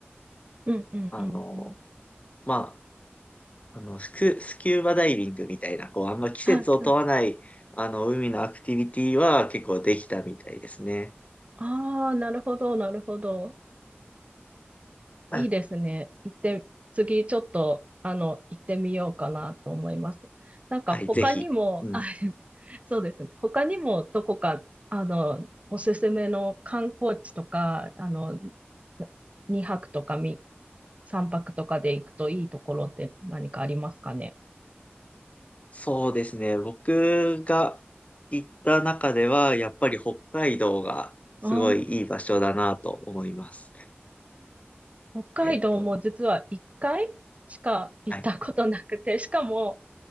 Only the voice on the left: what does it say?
あの、
まあ、あの、スク、スキューバダイビングみたいな、こう、あんま季節を問わない、
あの、海のアクティビティは結構できたみたいですね。
あ
はい、ぜひ。うん。
そうですね。僕が行った中では、やっぱり北海道がすごいいい場所だなと思います。
えっと、はい。